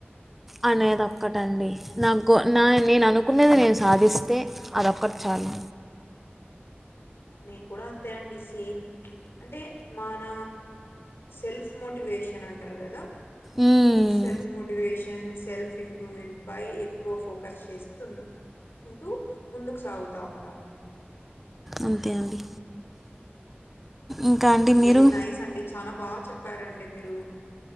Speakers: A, on the left; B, in the centre.
A: హుహు.
B: అనేదిక్కటండి న గో నేను అనుకున్నది
A: ఓకే.
B: నేను సాధిస్తే అదొక్కటి చాలు
A: నేను కూడా అంతే అండి సేమ్ అంటే మన సెల్ఫ్ మోటివేషన్ అంటారు కదా
B: మ్మ్.
A: సెల్ఫ్ మోటివేషన్ సెల్ఫ్ ఇంప్రూవ్మెంట్ పై ఎక్కువ ఫోకస్ చేస్తు ఉంటూ ముందుకు సాగుతా ఉంటాన అండి
B: అంతే అండి ఇంకా
A: అండి
B: మీరు
A: వెరీ నైస్ అండి చాలా బాగా చెప్పారండి మీరు